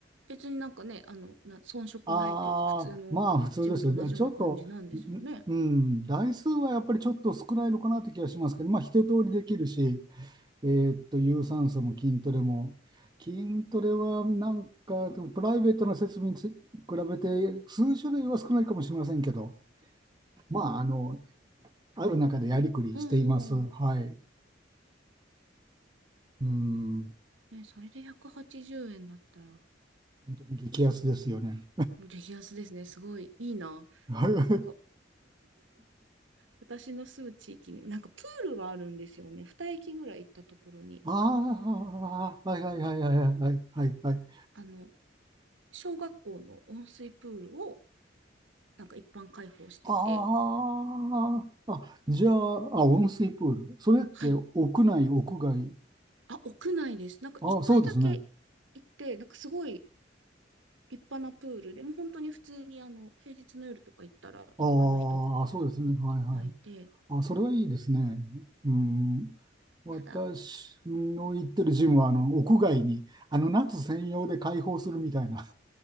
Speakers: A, on the right; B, on the right.
A: 別になんかね、あの、な、遜色ないというか、
B: ああ、
A: 普通のジムと同じような感じなんですよね。
B: まあ普通ですよ。ちょっと、んうん、台数はやっぱりちょっと少ないのかなって気がしますけど、まあ一通りできるし、えーっと、有酸素も筋トレも。筋トレはなんか、でもプライベートな設備につ比べて数種類は少ないかもしれませんけど、まあ、あの、ある中でやりくりしています。
A: ああ、
B: はい。うん。
A: ね、それで180円だったら、
B: 本当に激安ですよね。
A: 激安ですね。すごいいいな。
B: <laughs> は
A: なんか、
B: い
A: 私の住む地域に、なんかプールはあるんですよね。2駅ぐらい行ったところに、
B: ああ、はいはいはいはいはいはいはい。
A: なんか、あの、小学校の温水プールを、なんか一般開放してて、
B: ああ、あ、じゃあ、あ、温水プール。それって屋内、
A: はい。
B: 屋外。
A: あ、屋内です。なんか一回だけ行って、
B: あ、そうですね。
A: なんかすごい、立派なプールで、もう本当に普通にあの、平日の夜とか行ったら一般の人が
B: ああ、そうですね。はいはい
A: いっぱいいて、
B: あ、それはいいですね。うん。私の行ってるジムは、
A: ただ、
B: あの、屋外に、あの、夏専用で開放するみたいな、